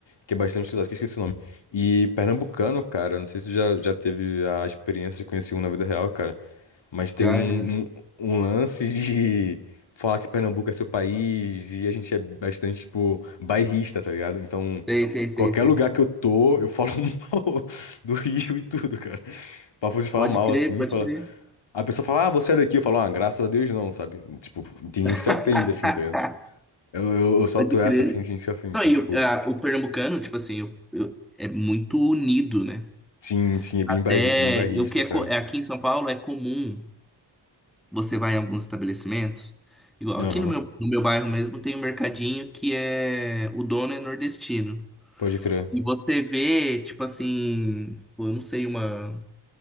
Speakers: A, on the left (about 85°); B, in the centre.
A: que é bastante utilizado, que eu esqueci o nome. E pernambucano, cara, não sei se tu já, já teve a experiência de conhecer um na vida real, cara, mas tem
B: Já,
A: um,
B: já, já.
A: um, um lance de <laughs> falar que Pernambuco é seu país e a gente é bastante, tipo, bairrista, tá ligado? Então,
B: Sei, sei, sei,
A: qualquer
B: sei.
A: lugar que eu tô, eu falo <laughs> mal do Rio e tudo, cara. Papo de falar
B: Pode
A: mal,
B: crer,
A: assim,
B: pode
A: fala.
B: crer.
A: A pessoa fala, ah, você é daqui, eu falo, ah, graças a Deus não, sabe? Tipo, tem gente que
B: <laughs>
A: se ofende, assim, tá ligado? Eu, eu, eu solto
B: Pode crer.
A: essa assim, sim, sim, afim.
B: Não,
A: então,
B: e
A: tipo,
B: o, a- o pernambucano, tipo assim, eu- eu- é muito unido, né?
A: sim, sim, é bem,
B: Até
A: bairri, bem bairrista,
B: o que é,
A: cara.
B: co- é aqui em São Paulo é comum. Você vai em alguns estabelecimentos, igual
A: Aham,
B: aqui no meu, no meu bairro mesmo tem um mercadinho que é o dono é nordestino.
A: pode crer.
B: E você vê, tipo assim, pô, eu não sei, uma